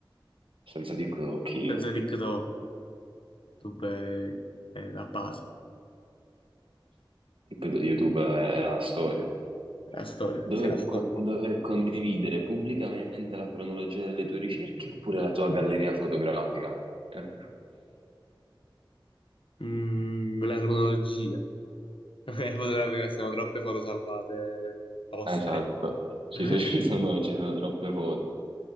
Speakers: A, on the right (about 85°); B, on the left (about 80°).
A: Senza TikTok io.
B: Senza TikTok, YouTube è, è la base,
A: TikTok- YouTube è la storia.
B: è la storia,
A: Dover,
B: c'è la storia.
A: co- dover condividere pubblicamente la cronologia delle tue ricerche oppure la tua galleria fotografica? <laughs>
B: Mm, la cronologia <laughs> Eh, fotografica, sono troppe foto salvate ostre
A: Esatto, ci,
B: <laughs> di
A: so- ci sono, ci sono troppe foto.